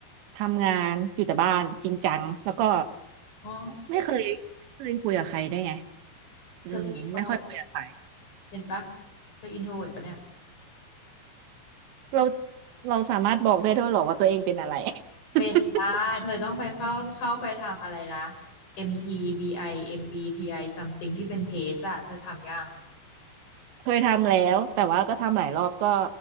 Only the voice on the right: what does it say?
ทำงานอยู่แต่บ้านจริงจังแล้วก็
ไม่เคยไม่เคยคุยกับใครด้วยไงอืมไม่ค่อยคุยกับใคร
เราเราสามารถบอกได้ด้วยเหรอว่าตัวเองเป็นอะไร
<laughs>
เคยทำแล้วแต่ว่าก็ทำหลายรอบก็